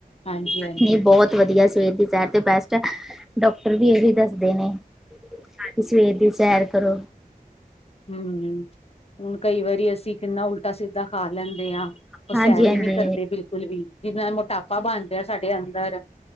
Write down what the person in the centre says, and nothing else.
ਨਈ ਬੋਤ ਵਧੀਆ, ਸਵੇਰ ਦੀ ਸੈਰ ਤੇ ਬੈਸਟ ਐ, ਡੋਕਟਰ ਵੀ ਏਹੀ ਦੱਸਦੇ ਨੇ। ਹਾਂਜੀ, ਸਵੇਰ ਦੀ ਸੈਰ ਕਰੋ।
ਹਾਂਜੀ
ਹਾਂਜੀ